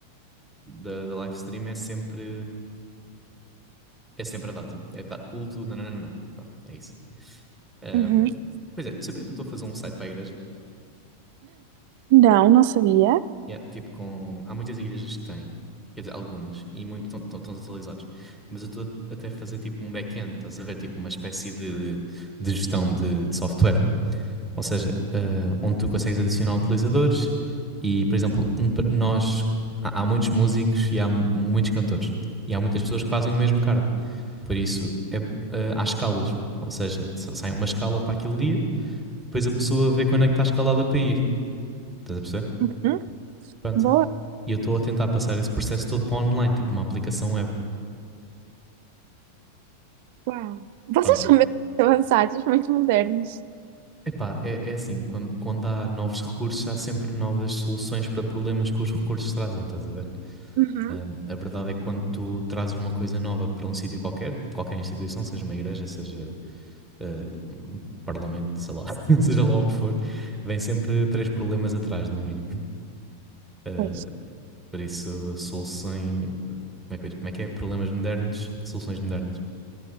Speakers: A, in the centre; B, on the right (about 50°).
A: da, da live stream é sempre, é sempre a data. É da, culto, nananana. Pá, é isso. Ahm,
B: Uhum.
A: pois é, tu sabias que eu estou a fazer um site para a igreja?
B: Não, não sabia.
A: Yeah. Tipo, com, há muitas igrejas que têm, quer dizer, algumas, e muitos estão atualizados. Mas eu estou até a fazer tipo um back-end, estás a ver? Tipo uma espécie de, de gestão de, de software. Ou seja, eh, onde tu consegues adicionar utilizadores e, por exemplo, nós há, há muitos músicos e há muitos cantores e há muitas pessoas que fazem o mesmo cargo. Por isso é, b- eh, há escalas. Ou seja, sa- sai uma escala para aquele dia, depois a pessoa vê quando é que está escalada para ir. Estás a perceber?
B: Uhum.
A: Pronto.
B: Boa.
A: E eu estou a tentar passar esse processo todo para online, tipo numa aplicação web.
B: Uau. Vocês
A: Pronto.
B: são muito avançados, muito modernos.
A: Epá, é, é assim, quando, quando há novos recursos, há sempre novas soluções para problemas que os recursos trazem, estás a ver?
B: Uhum.
A: Ahm, a verdade é que quando tu trazes uma coisa nova para um sítio qualquer, qualquer instituição, seja uma igreja, seja ah, um parlamento, sei lá, <laughs> seja lá o que for, vem sempre três problemas atrás, no mínimo. Ah,
B: Pois,
A: por isso, soluções. Como é que, como é que é? Problemas modernos, soluções modernas.